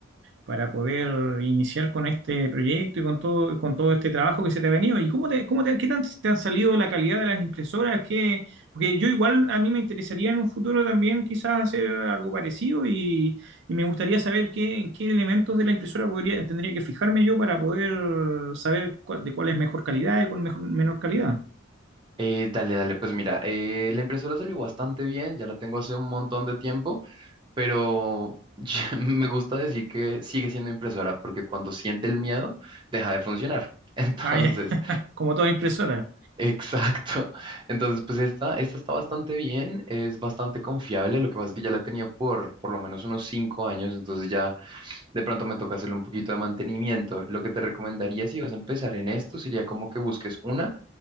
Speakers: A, on the right; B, on the right.
A: para poder iniciar con este proyecto y con todo, con todo este trabajo que se te ha venido. ¿Y cómo te, cómo te, qué tan te han salido la calidad de las impresoras? ¿Qué- porque yo igual a mí me interesaría en un futuro también quizás hacer algo parecido y, y me gustaría saber qué, en qué elementos de la impresora podría, tendría que fijarme yo para poder saber cuál, de cuál es mejor calidad y cuál mejor, menor calidad.
B: Eh, dale, dale, pues mira, eh, la impresora salió bastante bien, ya la tengo hace un montón de tiempo. pero <laughs> me gusta decir que sigue siendo impresora porque cuando siente el miedo, deja de funcionar. <laughs> Entonces,
A: Ah, ya, <laughs> Como toda impresora.
B: exacto. Entonces, pues esta, esta está bastante bien, es bastante confiable. Lo que pasa es que ya la tenía por por lo menos unos cinco años, entonces ya de pronto me toca hacerle un poquito de mantenimiento. Lo que te recomendaría si vas a empezar en esto sería como que busques una